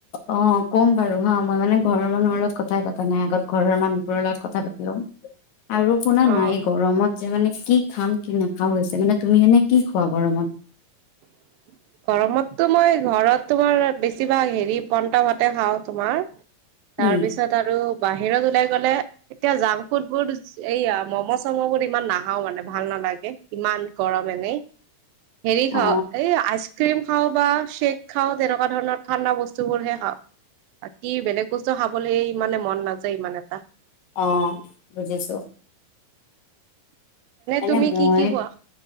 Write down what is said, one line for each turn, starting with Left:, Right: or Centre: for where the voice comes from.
Left: অ ক'ম বাৰু হা মই মানে ঘৰৰ মানুহৰ লগত কথাই পাতা নাই আগত ঘৰৰ মানুহবোৰৰ লগত কথা পাতিম আৰু শুনা
Right: অ'
Left: না এই গৰমত যে মানে কি খাম কি নাখাওঁ হৈছে, মানে তুমি এনে কি খোৱা গৰমত?
Right: <inaudible> গৰমততো মই ঘৰত তোমাৰ বেছিভাগ হেৰি পনটাভাতে খাওঁ তোমাৰ তাৰ
Left: উম
Right: পিছত আৰু বাহিৰত উলাই গ'লে এতিয়া জাংক ফুড বোৰ এইয়া ম'ম' চম' বোৰ ইমান নাহাও মানে ভাল নহ ইমান গৰম এনেই হেৰি খাওঁ
Left: অ
Right: এই আইচ ক্ৰীম খাওঁ বা শ্বেক খাওঁ তেনেকুৱা ধৰণৰ ঠাণ্ডা বস্তুবোৰহে খাওঁ। বাকি বেলেগ বস্তু খাবলৈ ইমানে মন নাযায় ইমান এটা।
Left: অ বুজিছোঁ। এনে
Right: তুমি
Left: মই
Right: কি কি খোৱা